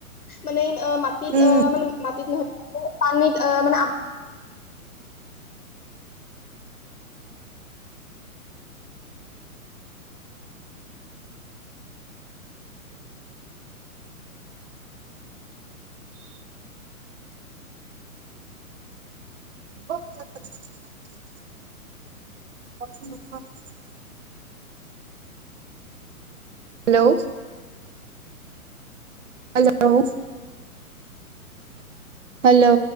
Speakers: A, on the left; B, on the right.
A: মানে মাটিত
B: উম,
A: অ মানে মাটিত নহয় পানীত অ মানে।
B: <unintelligible> কনচোন নোহোৱা হৈছে <unintelligible> হেল্লো'। Hello hello.